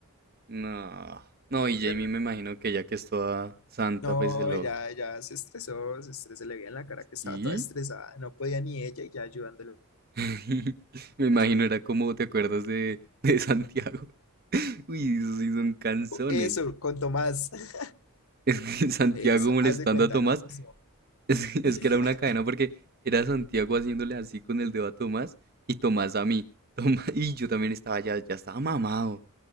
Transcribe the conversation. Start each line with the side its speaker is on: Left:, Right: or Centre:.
Right: No. No, y Jamie
Left: pero
Right: me imagino que ya que es toda santa,
Left: No,
Right: pues se lo...
Left: ella, ella se estresó, se estresó, se le veía en la cara que estaba
Right: ¿Sí?
Left: toda estresada, no podía ni ella y ya ayudándole
Right: <laughs> Me imagino
Left: a su
Right: era como, ¿te acuerdas de, de Santiago? <laughs> Uy, esos sí son canzones.
Left: Oh, Eso, con Tomás, <laughs>
Right: <laughs> Es que Santiago
Left: eso,
Right: molestando
Left: haz de cuenta
Right: a Tomás.
Left: lo mismo.
Right: <laughs> Es, que es
Left: <laughs>
Right: que era una cadena porque era Santiago haciéndole así con el dedo a Tomás y Tomás a mí. <laughs> Toma- y yo también estaba ya, ya estaba mamado.